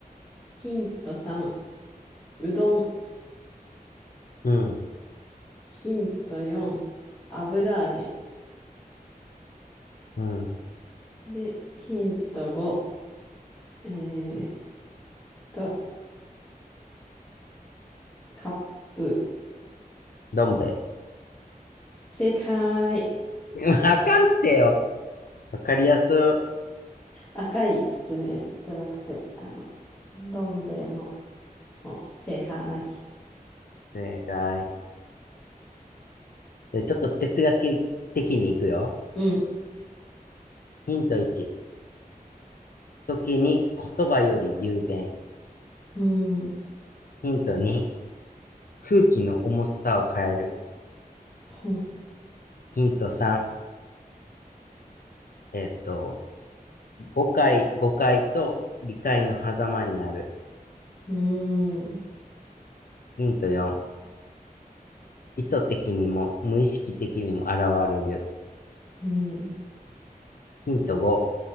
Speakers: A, on the left (about 20°); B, on the left (about 70°).
A: ヒント3、うどん。
B: うん、
A: ヒント4、油揚げ。
B: うん。
A: で、ヒント5、えーっと、カップ。
B: どん兵衛。
A: 正解。
B: <laughs> わかんってよ。わかりやすい。
A: 赤いきつねじゃなくて、あの、どん兵衛の、そうね、正解。
B: 正解。で、ちょっと哲学的にいくよ。
A: うん、
B: ヒント1。時に言葉より雄弁。
A: うん、
B: ヒント2。空気の重さを変える。
A: ほん
B: ヒント3。えっと、誤解、誤解と理解の狭間にある。
A: うん、う
B: ヒント4。意図的にも無意識的にも現れる。
A: ん、
B: ヒント5、